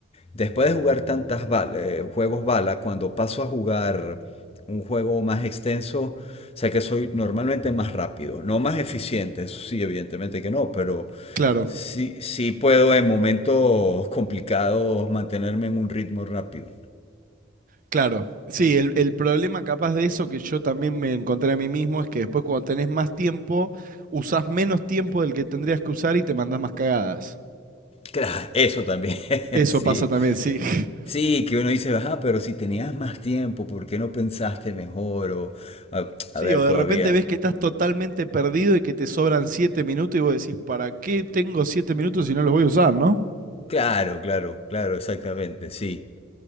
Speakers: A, on the left; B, on the right.
A: después de jugar tantas bal- eh, juegos bala, cuando paso a jugar un juego más extenso, o sea que soy normalmente más rápido, no más eficiente, eso sí, evidentemente que no, pero
B: claro.
A: sí, sí puedo en momentos complicados mantenerme en un ritmo rápido.
B: Claro, sí, el, el problema capaz de eso que yo también me encontré a mí mismo es que después cuando tenés más tiempo, usás menos tiempo del que tendrías que usar y te mandás más cagadas.
A: Claro, eso también, <laughs>
B: Eso
A: sí.
B: pasa también, sí. <laughs>
A: Sí, que uno dice, ajá, pero si tenías más tiempo, ¿por qué no pensaste mejor? O, a,
B: Sí,
A: a ver,
B: o
A: todavía.
B: de repente ves que estás totalmente perdido y que te sobran siete minutos y vos decís, ¿para qué tengo siete minutos si no los voy a usar, no?
A: Claro, claro, claro, exactamente, sí.